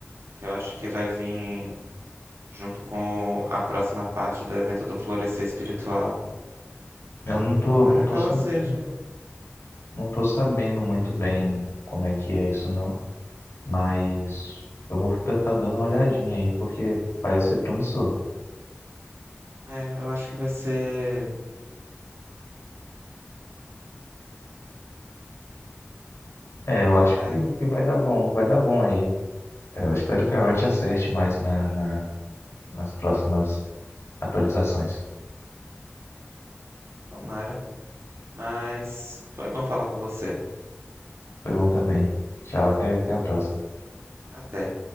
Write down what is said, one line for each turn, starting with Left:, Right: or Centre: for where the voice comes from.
Right: Que eu acho que vai vir junto com a próxima parte do evento do Florescer Espiritual.
Left: Eu não tô,
Right: Tomara
Left: não tô
Right: que ela
Left: sabendo,
Right: seja.
Left: não tô sabendo muito bem como é que é isso não, mas eu vou ficar dando uma olhadinha aí, porque parece ser promissor.
Right: É, eu acho que vai ser.
Left: É, eu acho
Right: É,
Left: que, que vai dar bom, vai dar bom aí. É, eu espero que a Riot acerte mais na, na- nas próximas atualizações.
Right: tomara. Mas foi bom falar com você.
Left: Foi bom também. Tchau, até, até a próxima.
Right: Até.